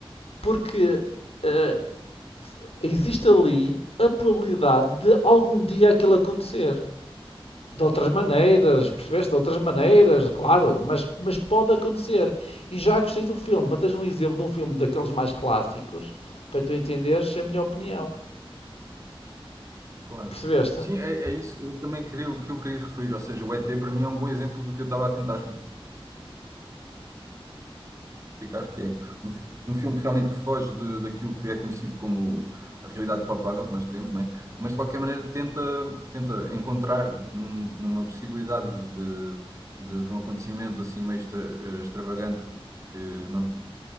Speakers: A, on the left (about 85°); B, on the right (about 30°).
A: Porque eh, existe ali a probabilidade de algum dia aquilo acontecer. De outras maneiras,
B: Sim,
A: percebeste?
B: é,
A: De outras maneiras, claro, mas, mas pode
B: sim,
A: acontecer. E já gostei do filme. Para teres um exemplo de um filme daqueles mais clássicos, para tu entenderes é a minha opinião.
B: claro.
A: Percebeste?
B: Sim, é, é isso eu também queria, o que eu queria referir. Ou seja, o ET para mim é um bom exemplo do que eu estava a tentar explicar, que é um, fi- um filme realmente que foge de- daquilo que é conhecido como a realidade palpável que nós temos, não é? Mas de qualquer maneira tenta, tenta encontrar num- numa possibilidade de, de, de um acontecimento assim meio extra- eh, extravagante e que não